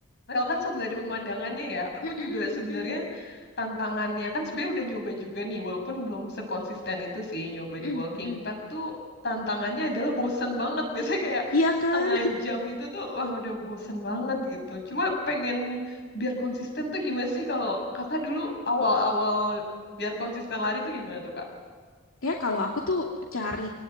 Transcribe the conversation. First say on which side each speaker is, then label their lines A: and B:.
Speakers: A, on the left; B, on the left.
A: rel kan sambil ada pemandangannya ya. Aku
B: Mm-mm,
A: juga sebenarnya
B: mm-mm,
A: tantangannya kan sebenarnya udah nyoba juga nih walaupun belum sekonsisten itu sih nyoba
B: mm-mm,
A: di walking
B: mm-mm.
A: pad tuh tantangannya adalah bosen banget. <laughs> Biasanya kayak
B: Iya kan?
A: setengah jam itu tuh wah udah bosen banget gitu. Cuma pengen biar konsisten tuh gimana sih kalau Kakak dulu awal-awal biar konsisten lari tuh gimana tuh Kak?
B: Kayak kalau aku tuh cari